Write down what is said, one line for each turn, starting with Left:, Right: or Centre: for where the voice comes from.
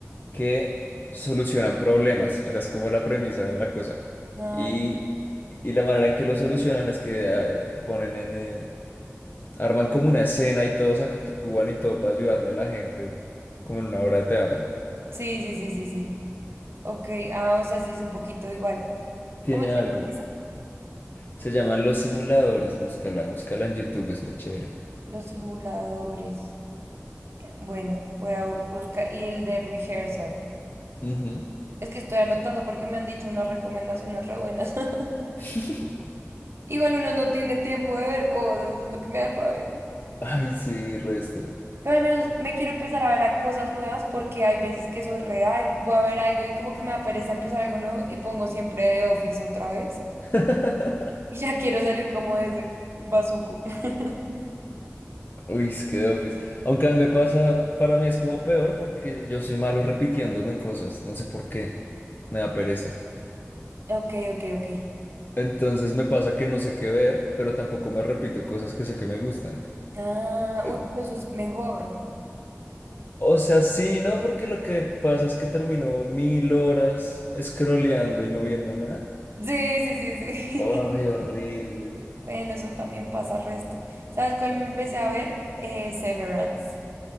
Left: que solucionan problemas. Esa es como la premisa de la cosa.
Right: Ah,
Left: Y, y la manera en que lo solucionan es que eh, ponen en... eh, arman como una escena y todos actúan y todo para ayudarle a la gente, como en una obra de teatro.
Right: sí, sí, sí, sí, sí. Ok, ah, o sea, sí es un poquito igual.
Left: Tiene
Right: ¿Cómo te
Left: algo.
Right: llamas?
Left: Se llaman Los Simuladores. Búscala, búscala en YouTube, es muy chévere.
Right: Los simuladores. Bueno, voy a buscar. Y el de rehearsal.
Left: Ujú.
Right: Es que estoy anotando porque me han dicho unas recomendaciones re buenas. <laughs>
Left: <laughs>
Right: Igual uno no tiene tiempo de ver cosas, es lo que me da rabia.
Left: Ay, sí, resto.
Right: Pero al menos me quiero empezar a ver a cosas nuevas porque hay veces que soy real, voy a ver algo y como que me da pereza empezar algo nuevo y pongo siempre de Office otra vez.
Left: <laughs>
Right: Y ya quiero salir como de ese bazuco. <laughs>
Left: Uy, es que The Office. Aunque a mí me pasa, para mí es como peor porque yo soy malo repitiéndome cosas, no sé por qué, me da pereza.
Right: Ok, ok, ok.
Left: Entonces me pasa que no sé qué ver, pero tampoco me repito cosas que sé que me gustan.
Right: Ah,
Left: Eh,
Right: uy, pero eso es mejor.
Left: O sea, sí, no, porque lo que pasa es que termino mil horas scrolleando y no viendo nada.
Right: Sí, sí, sí, sí.
Left: Ay,
Right: <laughs>
Left: horrible.
Right: Bueno, eso también pasa resto. ¿Sabes cuál me empecé a ver? Eh, Severance.